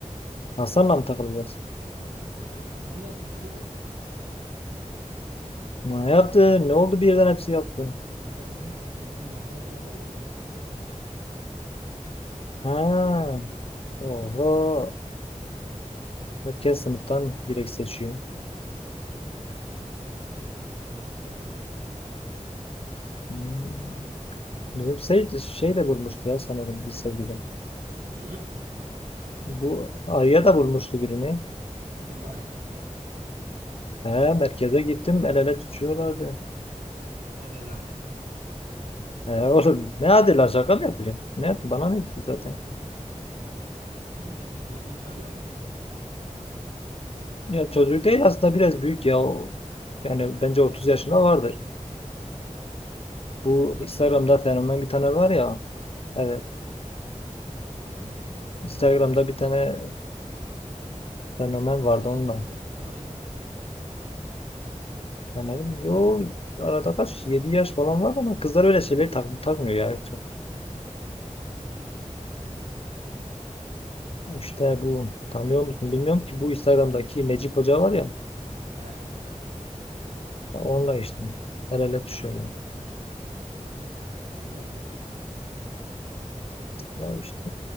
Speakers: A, on the left; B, on the right.
A: Hasan'la
B: e,
A: mı takılacağız?
B: Hasan, Hasan da yapmış oğlum.
A: Ne yaptı? Ne oldu birden hepsi yaptı?
B: O da bizim sınıftaki Mercan'la var ya.
A: Ha. Oho. Herkes sınıftan direkt seçiyor.
B: Adamlar seçiyor işte bir şey ol ne olacak ki?
A: Hmm. Bizim şey, şey de bulmuştu ya sanırım bir sevgilim.
B: Hı?
A: Bu Arya da bulmuştu birini.
B: Bizim var ya.
A: He merkeze gittim el ele tutuyorlardı.
B: Hadi lan.
A: He <laughs> oğlum ne adıyla şaka mı yapacağım? Ne, yap- bana ne ki zaten.
B: Kim peki çocuğu tanıyor muyuz?
A: Ya çocuk değil aslında biraz büyük ya. O, yani bence 30 yaşında vardır.
B: 30
A: Bu
B: yaşında.
A: Instagram'da fenomen bir tane var ya. Evet.
B: Oğlum 30
A: Instagram'da
B: yaşından
A: bir tane fenomen
B: babasıyla
A: vardı onunla.
B: çıksaydı daha iyiydi.
A: Ben dedim yo arada kaç 7 yaş falan var ama kızlar öyle şeyleri tak, takmıyor ya çok. İşte
B: Ne bileyim.
A: bu tanıyor musun bilmiyorum ki bu Instagram'daki Necip Hoca var ya,
B: He.
A: ya onunla işte el ele düşüyorlar.
B: Allah Allah.
A: Ya işte